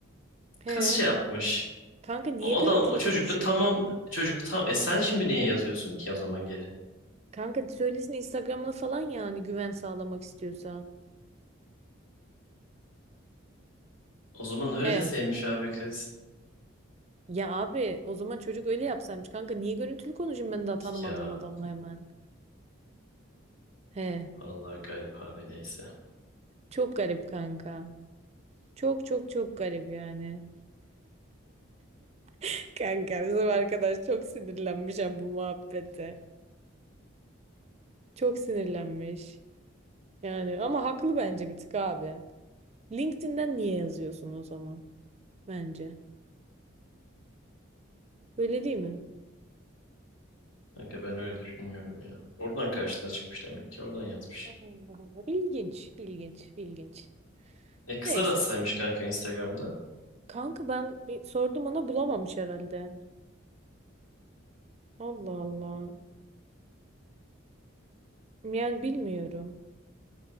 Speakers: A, on the right (about 30°); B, on the left (about 75°).
A: He.
B: Kız şey yapmış.
A: Kanka niye
B: O
A: görüntülü
B: da çocuk
A: konuşuyorum?
B: da tamam çocuk da tam e sen şimdi niye yazıyorsun ki o zaman geri?
A: Kanka söylesin Instagram'ını falan yani güven sağlamak istiyorsa.
B: O zaman öyle
A: He.
B: de sevmiş abi kız.
A: Ya abi o zaman çocuk öyle yapsaymış kanka. Niye görüntülü konuşayım ben daha tanımadığım
B: Ya
A: adamla hemen? He.
B: vallahi garip abi neyse.
A: Çok garip kanka. Çok çok çok garip yani. <laughs> Kanka bizim arkadaş çok sinirlenmiş ha bu muhabbete. Çok sinirlenmiş. Yani ama haklı bence bir tık abi. LinkedIn'den niye yazıyorsun o zaman? Bence. Öyle değil mi?
B: Kanka ben öyle düşünmüyorum ya. Oradan karşısına çıkmış demek ki oradan yazmış.
A: Allah Allah. İlginç, ilginç, ilginç.
B: E kızlar
A: Neyse.
B: atsaymış
A: s-
B: kanka Instagram'da.
A: Kanka ben bir sordum ona bulamamış herhalde. Allah Allah. Yani bilmiyorum.